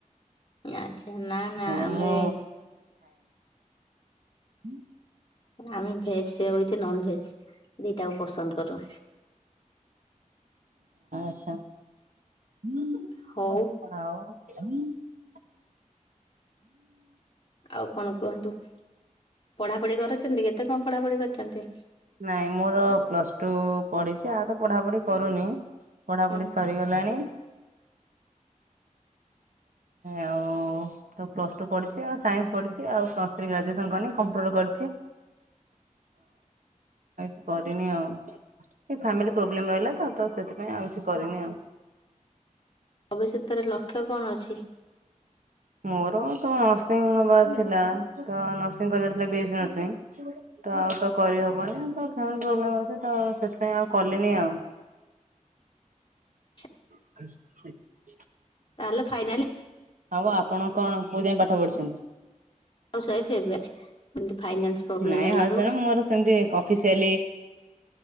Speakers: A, on the left; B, on the right.
A: ନା ଛେନା ନା
B: ନାଇଁ
A: ଆମେ
B: ମୁଁ ହୁଁ
A: ଆମେ ଭେଜ ସିଏ ହେଉଛି ନନ ଭେଜ ଦିଟାକୁ ପସନ୍ଦ କରୁ।
B: <unintelligible>
A: ହଉ ଆଉ କଣ କୁହନ୍ତୁ? ପଢାପଢି କରୁଛ <unintelligible> କେତେ କଣ ପଢାପଢି କରିଛନ୍ତି?
B: ନାଇଁ ମୋର ପ୍ଲସ ଟୁ ପଢିଛି ଆଉ ତ ପଢାପଢି କରୁନି ପଢାପଢି
A: ହୁଁ
B: ସରିଗଲାଣି। ଆଉ ତ ପ୍ଲସ ଟୁ ପଢିଛି, ଆଉ ସାଇନ୍ସ ପଢିଛି, ଆଉ ପ୍ଲସ୍ ଥ୍ରୀ ଗ୍ରାଜୁଏସନ କରିନ କମ୍ପ୍ୟୁଟର କରି ଆଉ ଏ କରିନି ଆଉ ଫାମିଲି ପ୍ରୋବ୍ଲେମ ରହିଲା ତ, ସେଥିପାଇଁ ଆଉ କିଛି କରିନି ଆଉ
A: ଭବିଷ୍ୟତରେ ଲକ୍ଷ୍ୟ କଣ ଅଛି?
B: ମୋର ତ ନର୍ସିଂ ହବାର ଥିଲା ତ ନର୍ସିଂ କଲେଜ ଥିଲା ବି ନର୍ସିଂ ତ ଆଉ ତ କରିହବନି। ପ୍ରବ୍ଲେମ୍ ଅଛି ତ, ସେଥିପାଇଁ ଆଉ କଲିନି ଆଉ
A: ଆଛା
B: <unintelligible>
A: ତାହେଲେ ଫାଇନାଲ
B: ହଉ ଆପଣ କଣ କୋଉ ଯାଇ ପାଠ ପଢ଼ିଛନ୍ତି?
A: ହାଉସୱାଇଫ୍ ଏବେ ଏମିତି ଫାଇନାନ୍ସ ପ୍ରୋବ୍ଲେମ
B: ନାଇଁ
A: ହେଲାରୁ
B: ଆଉ ସବୁ ମୋର ସେମତି ଅଫିସିଆଲି